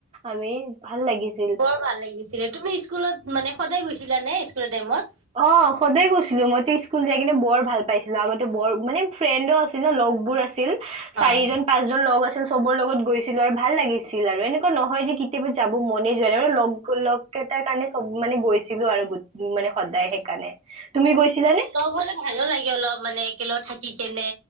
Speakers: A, on the right; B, on the right.
A: আমি ভাল লাগিছিল।
B: বৰ ভাল লাগিছিলে, তুমি স্কুলত মানে সদায় গৈছিলা নে স্কুলৰ টাইমত!
A: অৱ সদায় গৈছিলো মইতো স্কুল যাই কিনে বৰ ভাল পাইছিলো আগতে বৰ মানে ফ্ৰেণ্ডো আছিল ন লগবোৰ আছিল। ছিল চাৰিজন
B: হয়
A: পাঁচজন লগ আছিল চবৰ লগত গৈছিলো আৰু ভাল লাগিছিল আৰু এনেকুৱা নহয় যে কেতিয়াবা যাব মনে যোৱা নাই। আৰু লগ লগ কেইটাৰ কাৰণে চব মানে গৈছিলো আৰু গ মানে
B: হয়
A: সদায়
B: হয়
A: সেইকাৰণে, তুমি গৈছিলানে?
B: হয় লগ হলে ভালো লাগে অলপ মানে একেলগ থাকি কেনে